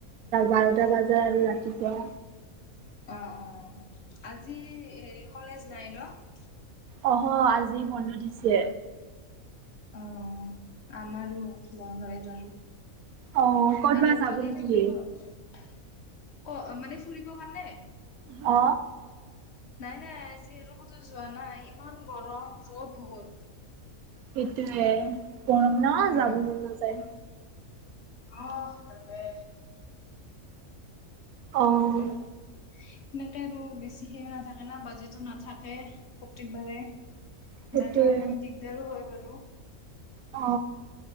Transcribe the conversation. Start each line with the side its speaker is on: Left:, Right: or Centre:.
Right: বাৰটা বজাত আৰু ৰাতিপুৱা
Left: অ, অ, আজি হেৰি কলেজ নাই ন'?
Right: অ, হ, আজি বন্ধ দিছে।
Left: অ, আমাৰো বন্ধই বাৰু।
Right: অ', ক'তবা
Left: আৰু
Right: যাব
Left: কালি
Right: নেকি?
Left: থাকিব, অ, মানে ফুৰিব কাৰণে?
Right: অ,
Left: নাই, নাই, আজি কতো যোৱা নাই, ইমান গৰম ৰ'দ বহুত।
Right: সেইটোৱে গৰম ন,
Left: উম
Right: যাবই মন নাযায়।
Left: অহ, তাতে।
Right: অ'।
Left: কিন্তু সেনেকে আৰু বেছি সে, নাথাকে না, বাজেটো নাথাকে। প্ৰত্যেকবাৰে
Right: সেইটোৱে।
Left: যাই থকাৰ কাৰণ, দিক দাৰো হয় বাৰু।
Right: অ,